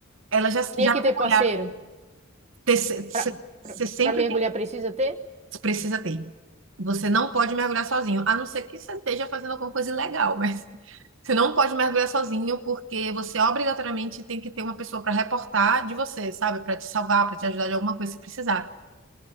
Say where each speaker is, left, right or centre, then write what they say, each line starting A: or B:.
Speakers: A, on the right (about 65°); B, on the right (about 35°).
A: Ela já,
B: Tinha
A: já
B: que
A: mergulhava.
B: ter parceiro.
A: Você
B: Pra, pra,
A: sempre
B: pra mergulhar
A: tem,
B: precisa ter?
A: precisa ter. Você não pode mergulhar sozinho, a não ser que você esteja fazendo alguma coisa ilegal, mas <laughs> você não pode mergulhar sozinho porque você obrigatoriamente tem que ter uma pessoa para reportar de você, sabe? Para te salvar, para te ajudar de alguma coisa se precisar.